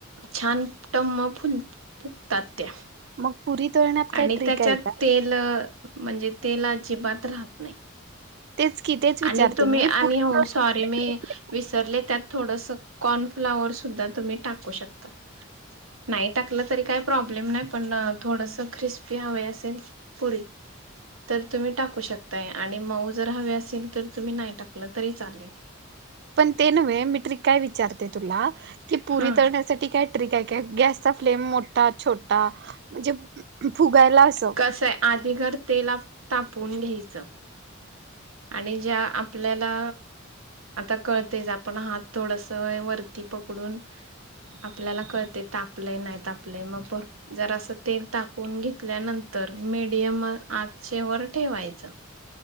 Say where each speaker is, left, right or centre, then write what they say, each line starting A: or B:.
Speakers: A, on the right (about 80°); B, on the right (about 55°).
A: छान टम फुल फुगतात त्या.
B: मग पुरी तळण्यात काय
A: आणि
B: ट्रिक
A: त्याच्यात
B: आहे का?
A: तेल म्हणजे तेल अजिबात राहत नाही.
B: तेच की तेच विचारते
A: आणि तुम्ही
B: मी
A: आणि
B: पुरी
A: हो
B: तळण्यात
A: सॉरी. ते मी विसरले त्यात थोडस कॉर्नफ्लावर सुद्धा तुम्ही टाकू शकता. नाही टाकलं तरी काही प्रॉब्लेम नाही पण थोडस क्रिस्पी हवे असेल पुरी तर तुम्ही टाकू शकताय आणि मऊ जर हवे असेल तर तुम्ही नाही टाकलं तरी चालेल.
B: पण ते नव्हे मी ट्रिक काय विचारते तुला की पुरी
A: हा
B: तळण्या साठी काय ट्रिक आहे गॅस चा फ्लेम मोठा छोटा म्हणजे फुगायला असं
A: कसय आधी खर तेल तापून घ्यायचं. आणि ज्या आपल्याला आता कळतेच आपण हात थोडस वरती पकडून, आपल्याला कळतय तापलंय नाही तापलय मग जरास तेल तापउन घेतल्यानंतर मीडियम आचेवर ठेवायचं.